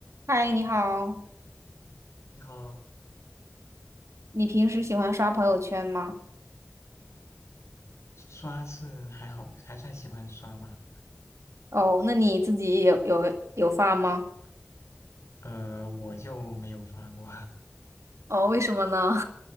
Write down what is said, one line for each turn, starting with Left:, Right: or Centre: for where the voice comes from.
Right: 嗨，你好，
Left: 你好，
Right: 你平时喜欢刷朋友圈吗？
Left: 刷是还好，还算喜欢刷吧。
Right: 哦，那你自己有有有发吗？
Left: 呃，我就没有发过，
Right: 哦，为什么呢？